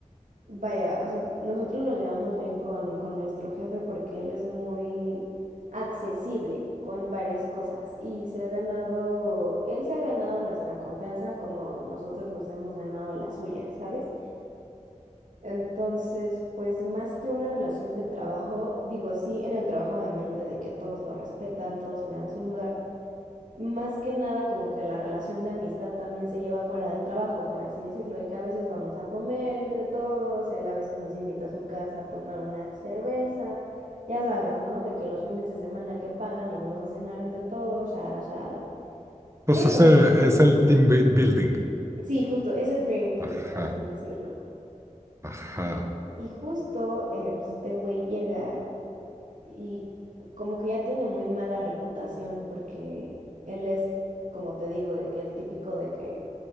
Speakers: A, on the right (about 75°); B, on the right (about 20°).
A: Vaya, o sea, nosotros nos llevamos bien con, con nuestro jefe porque él es muy accesible con varias cosas y se ha ganado, él se ha ganado nuestra confianza como nosotros nos hemos ganado la suya, ¿sabes? Entonces, pues más que una relación de trabajo, digo, sí, en el trabajo obviamente de que todos lo respetan, todos le dan su lugar, más que nada, como que la relación de amistad también se lleva fuera del trabajo, por así decirlo, de que a veces vamos a comer entre todos, él a veces nos invita a su casa a tomar una cerveza, ya sabes, ¿no? De que los fines de semana que pagan nos vamos a cenar entre todos, shala, shala.
B: Pues
A: Pero,
B: ese es el team bui- building.
A: sí, justo, es el Dream Team,
B: Ajá,
A: por así decirlo.
B: ajá.
A: Y justo, eh, pues este güey llega y como que ya tiene muy mala reputación porque él es, como te digo, de que el típico de que,